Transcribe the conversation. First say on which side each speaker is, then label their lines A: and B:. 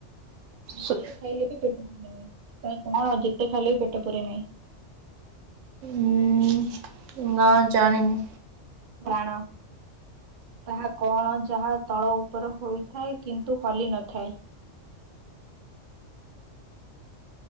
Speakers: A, on the right (about 60°); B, on the right (about 80°).
A: ଯେତେ
B: ସୁ
A: ଖାଇଲେ ବି ପେଟ୍ <inaudible> ତାହା କଣ ଯେତେ ଖାଇଲେ ବି ପେଟ ପୁରେ ନାହିଁ?
B: ଉଁ ନା ଜାଣିନି।
A: ରାଣ। ତାହା କଣ ଯାହା ତଳ ଉପର ହୋଇଥାଏ କିନ୍ତୁ ହଲି ନଥାଏ?